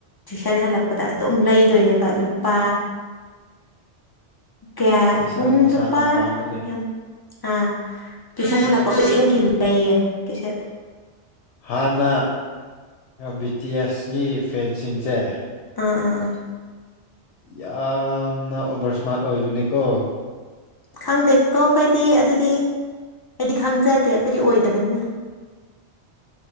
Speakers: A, on the left (about 30°); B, on the left (about 90°).
A: ꯇꯨꯏꯁꯟ ꯍꯜꯂꯛꯄꯗ ꯑꯗꯨꯝ ꯂꯩꯗꯣꯏꯅꯦꯕ ꯂꯨꯄꯥ ꯀꯌꯥ
B: ꯃꯁꯥ
A: ꯎꯝ
B: ꯃꯁꯥꯅ
A: ꯂꯨꯄꯥ
B: ꯄꯥꯝꯕꯅꯦ
A: ꯌꯥꯝ ꯑ ꯇꯨꯏꯁꯟ
B: ꯑꯗꯨꯁꯨ
A: ꯍꯜꯂꯛꯄ ꯈꯨꯗꯤꯡꯒꯤ
B: ꯑꯁ
A: ꯂꯩꯌꯦ ꯀꯦꯁꯦꯠ꯫
B: ꯍꯥꯟꯅ ꯕꯤ ꯇꯤ ꯑꯦꯁꯒꯤ ꯐꯦꯟꯁꯤꯡꯁꯦ꯫
A: ꯑ ꯑ ꯑ꯫
B: ꯌꯥꯝꯅ ꯑꯣꯕꯔ ꯏꯁꯃꯥꯔꯠ ꯑꯣꯏꯕꯅꯦꯀꯣ꯫
A: ꯈꯪꯗꯦꯀꯣ ꯑꯩꯈꯣꯏꯗꯤ ꯑꯗꯨꯗꯤ ꯑꯩꯗꯤ ꯈꯪꯖꯗꯦ ꯑꯩꯈꯣꯏꯗꯤ ꯑꯣꯏꯗꯕꯅꯤꯅ꯫